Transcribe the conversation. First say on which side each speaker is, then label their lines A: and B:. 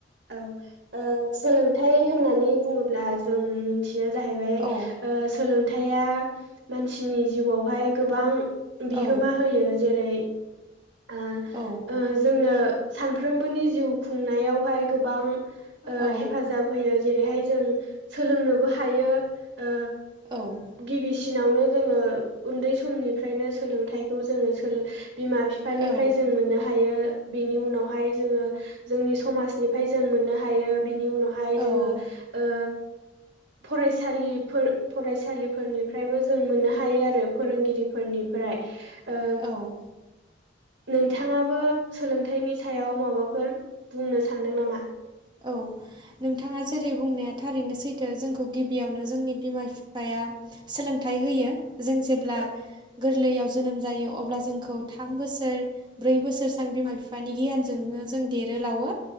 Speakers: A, on the right; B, on the right.
A: औ ओ सोलोंथाइ होननानै बुङोब्ला जों मिथि बियो जाहैबाय
B: औ
A: सोलोंथायाइया मानसिनि जिउआवहाय गोबां बिहोमा
B: औ
A: होयो जेरै ओ
B: औ
A: ओ जोंनो सानफ्रोमबोनि जिउ खुंनायावहाय गोबां ओ
B: औ
A: हेफाजाब होयो जेरैहाय जों सोलोंनोबो हायो ओ
B: औ औ
A: गिबिसि दिनावनो जोङो उन्दै समनिफ्रायनो सोलोंथाइखौ जोङो सोलो बिमा बिफानिफ्राय
B: औ
A: जों मोननो हायो बेनि उनावहाय जोङो जोंनि समाज निफ्राय जों मोननो हायो बिनि उनावहाय
B: औ
A: जोङो ओ फरायसालिफोर फरायसालिफोरनि निफ्रायबो जों मोननो हायो आरो फोरोंगिरिफोरनिफ्राय ओ
B: औ औ
A: नोंथाङाबो सोलोंथाइनि सायाव माबाफोर बुंनो सान्दों नामा? <inaudible> <unintelligible>
B: औ नोंथाङा जेरै बुंनाया थारैनो सैथो जोंखौ गिबियावनो जोंनि बिमा बिफाया सोलों थाइ होयो जों जेब्ला
A: औ
B: गोरलैआव जोनोम जायो अब्ला जोंखौ थाम बोसोर ब्रै बोसोरसां बिमा बिफानि गियानजोंनो जों देरो लावो